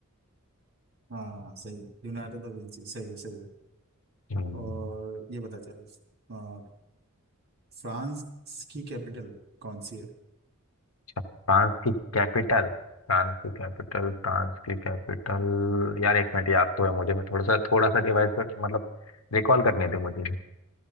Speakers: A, on the right; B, on the left.
A: हाँ सही है, लियोनार्डो दा विंची सही है सही है
B: हम्म,
A: और ये पता चल अ, फ्रांस की कैपिटल कौन सी है
B: अच्छा फ्रांस की कैपिटल फ्रांस की कैपिटल फ्रांस की कैपिटल यार एक मिनट याद तो है मुझे मैं थोड़ा सा थोड़ा सा रिवाइज कर मतलब रिकॉल करने दे मुझे